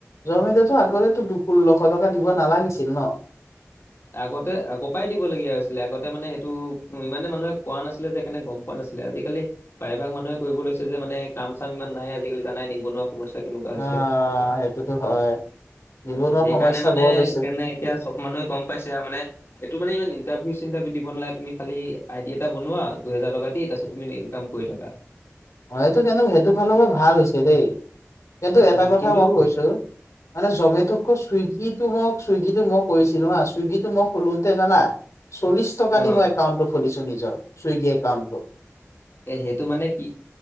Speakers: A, on the left; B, on the left.
A: জমিটোতো আগতে দু ষোল্লশ টকা দিব নালাগিছিল ন।
B: আগতে ক পৰাাই দিব লগগীয়া হৈছিলে আগতে মানে সেইটো ইমানে মানুহে কোৱা নাছিলে যে কেনে গম পোৱা নাছিলে। ছিলে আজিকালি প্ৰায়ভাগ মানুহে কৰিব লৈছে যে মানে কাম চাম ইমান নাহে আজিকালি জানাই নিবনুৱা। সমস্যা কেনেকুৱা হৈছে।
A: অ সেইটোতো হয়। নিবনুৱা
B: অ সেইকাৰণে
A: সমস্যা
B: মানে
A: বৰ
B: সেইকাৰণে
A: লৈছে
B: এতিয়া চব মানুহে গম পায়। ম এইটো মানে ইমান ইটাৰভি চটাৰভিউ দিব নালে তুমি খালি আইডিয়া এটা বনোৱা দুহেজাৰ টকা দি। তুমি ইনকাম কৰি থাকাত।
A: অ এইটো কিন্তু সেইটো ফালৰ পৰা ভাল হৈছে দেই। কিন্তু
B: উম,
A: এটা কথা
B: কিন্তু
A: মই কৈছো, মানে জমেট চুইগিটো মই চুইগ। মই কৰিছিলো হ চুইগটো মই খলোতে জানা, চল্লশ টকা
B: অ'
A: দি মই একাউন্টো খুলিছিলো। খুলিছোঁ নিজৰ সুইগী একাউত টো।
B: এ সেইটো মানে কি।